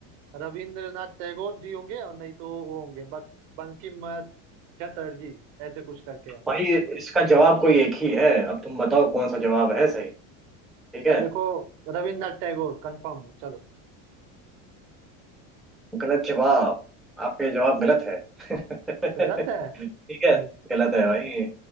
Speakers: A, on the right; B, in the centre.
A: रविंद्रनाथ टैगोर जी होंगे और नहीं तो वो होंगे बक, बंकिम चटर्जी ऐसे कुछ करके है
B: भाई इसका जवाब कोई एक ही है अब तुम बताओ कौन सा जवाब है सही ठीक है
A: यार देखो रविन्द्रनाथ टैगोर कंफर्म चलो
B: गलत जवाब आपके जवाब गलत है <laughs>
A: गलत है
B: ठीक है
A: हम्म,
B: गलत है भाई